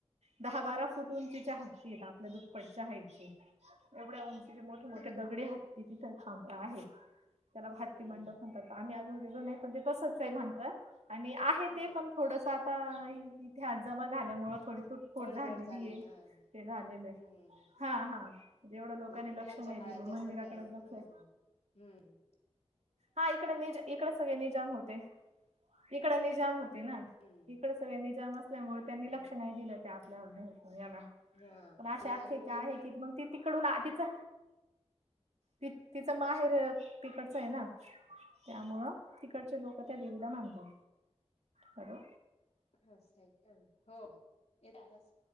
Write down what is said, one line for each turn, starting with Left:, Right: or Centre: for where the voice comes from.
Right: दहा बारा फूट उंचीच्या हत्ती आहेत आपल्या दुप्पटच्या हाईट एवढ्या उंच मोठे मोठे
Left: अरे!
Right: दगडे हत्ती तिथांब आहे त्याला हाती
Left: हं.
Right: मंडप. म्हणतात आम्ही अजून गेलो नाही पण ते तसंच आहे म्हणतात, आणि आहे
Left: हां.
Right: ते पण थोडंसं आता. इथे आज जमा झाल्यामुळे थोडी. तुटफोट
Left: पडझड झालेली
Right: आहे
Left: ह.
Right: ते झालेलं आहे
Left: हम्म
Right: हा हा जेवढं लोकांनी
Left: मुघलांच्या
Right: लक्ष नाही
Left: काळात
Right: दिले मंदिराकडे
Left: जास्त हा.
Right: लक्ष आहे.
Left: हम्म.
Right: हा इकडे निज, इकडे सगळे निजाम होते इकड निजाम होते ना
Left: हम्म
Right: इकडे सगळे निजाम असल्यामुळे त्यांनी लक्ष
Left: हा
Right: नाही दिलं. ते आपल्या व याला.
Left: हा
Right: पण अशी
Left: आणि
Right: आख्यायिका
Left: अजून उल्लूयेत.
Right: आहे की मग ती तिकडून आ तिचं त तिचं माहेर तिकडचं आहे ना? त्यामुळं तिकडचे लोक त्या देवीला मानतात, हॅलो?
Left: <unintelligible> हो येत आवाज.